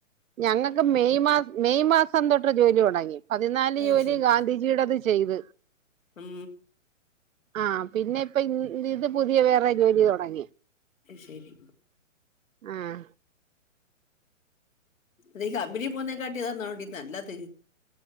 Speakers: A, on the right; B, on the left.
A: ഞങ്ങൾക്ക് മെയ് മാസം മെയ് മാസം തൊട്ട് ജോലി തുടങ്ങി പതിനാല്
B: അത്
A: ജോലി
B: ശരി
A: ഗാന്ധിജി ജീടത് ചെയ്ത്
B: ഉം
A: ആഹ് പിന്നെ ഇപ്പൊ ഇ ഇത് പുതിയ വേറെ ജോലി തുടങ്ങി
B: ശരി
A: ആഹ്
B: നീ കമ്പനി പോന്നേ കാട്ടിയതാന്നോണ്ടി നല്ലത്